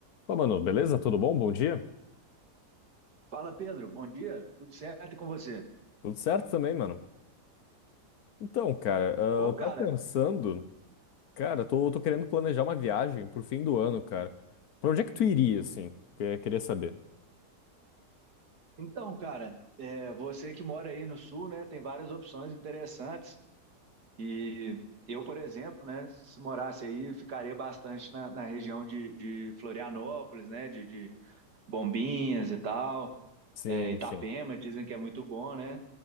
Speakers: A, on the left (about 65°); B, on the right (about 70°).
A: Pô, mano, beleza? Tudo bom? Bom dia?
B: Fala, Pedro. Bom dia. Tudo certo e com você?
A: Tudo certo também, mano. Então, cara, ah,
B: Bom,
A: eu
B: cara,
A: tava pensando, cara, tô, tô querendo planejar uma viagem pro fim do ano, cara. Pra onde é que tu iria, assim? Que eu queria saber.
B: então, cara, é, você que mora aí no sul, né, tem várias opções interessantes. E eu, por exemplo, né, se morasse aí, ficaria bastante na, na região de, de Florianópolis, né, de, de Bombinhas e tal.
A: Sim,
B: É, Itapema,
A: sim.
B: dizem que é muito bom, né?